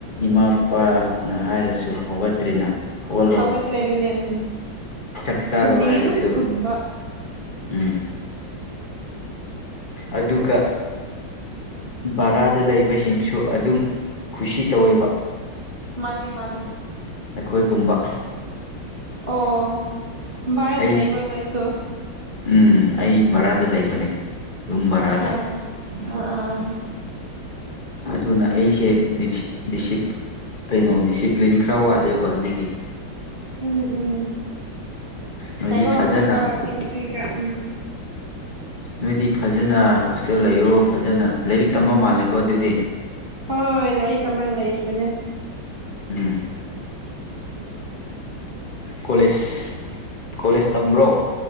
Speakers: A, on the left; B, on the right.
A: ꯏꯃꯥꯄꯥꯅ ꯍꯥꯏꯔꯁꯨ ꯍꯧꯒꯠꯇ꯭ꯔꯦꯅ ꯍꯧꯒꯠꯂꯣ
B: ꯍꯧꯒꯠꯇ꯭ꯔꯦ ꯑꯗꯨꯅꯦ ꯎꯝ
A: ꯆꯥꯛ ꯆꯥꯔꯣ
B: ꯇꯨꯝꯅꯤꯡꯉꯤ
A: ꯍꯥꯏꯔꯁꯨ
B: ꯑꯗꯨꯝ ꯇꯨꯝꯕ
A: ꯎꯝ ꯑꯗꯨꯒ ꯕꯥꯔꯥꯗ ꯂꯩꯕꯁꯤꯡꯁꯨ ꯑꯗꯨꯝ ꯈꯨꯁꯤ ꯇꯧꯋꯦꯕ
B: ꯃꯥꯅꯦ ꯃꯥꯅꯦ
A: ꯑꯩꯈꯣꯏꯒꯨꯝꯕ
B: ꯑꯣ ꯚꯔꯥꯗ
A: ꯑꯩꯁꯦ
B: ꯂꯩꯕ꯭ꯔꯣ ꯅꯣꯏꯁꯨ
A: ꯎꯝ ꯑꯩ ꯕꯥꯔꯥꯗ ꯂꯩꯕꯅꯦ ꯌꯨꯝ ꯚꯔꯥꯗ
B: ꯑꯠꯁꯥ ꯑꯥ ꯑꯥ
A: ꯑꯗꯨꯅ ꯑꯩꯁꯦ ꯂꯤꯁꯤꯞ ꯗꯤꯁꯤꯞ ꯀꯩꯅꯣ ꯗꯤꯁꯤꯄ꯭ꯂꯤꯟ ꯈꯔ ꯋꯥꯠꯂꯦꯕ ꯑꯗꯨꯒꯤ
B: ꯎꯝ ꯎꯝ
A: ꯅꯣꯏꯗꯤ
B: ꯐꯩꯒꯣ
A: ꯐꯖꯅ
B: ꯍꯧꯒꯠꯄ <unintelligible> ꯀ꯭ꯔꯤꯀꯔꯥ ꯎꯝ
A: ꯅꯣꯏꯗꯤ ꯐꯖꯅ ꯍꯣꯁꯇꯦꯜ ꯂꯩꯌꯣ ꯐꯖꯅ ꯂꯩꯔꯤꯛ ꯇꯝꯕ ꯃꯥꯜꯂꯦꯀꯣ ꯑꯗꯨꯗꯤ
B: ꯍꯣꯏ ꯂꯥꯏꯔꯤꯠ ꯇꯝꯔꯒ ꯂꯩꯔꯤꯕꯅꯦ
A: ꯎꯝ ꯀꯣꯂꯦꯖ ꯀꯣꯂꯦꯖ ꯇꯝꯕ꯭ꯔꯣ